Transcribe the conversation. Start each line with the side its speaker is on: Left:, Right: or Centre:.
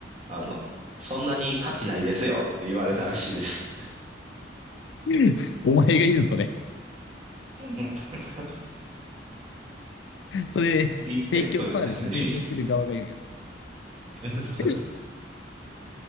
Right: あの、そんなに価値ないですよって言われたらしいです。
Left: <laughs> お前が言うん、それ。
Right: <laughs>
Left: それ、
Right: フリーステップ、
Left: 提供、サービス提供してる側が言うんやな。
Right: フリーステップ、そうです。
Left: <laughs>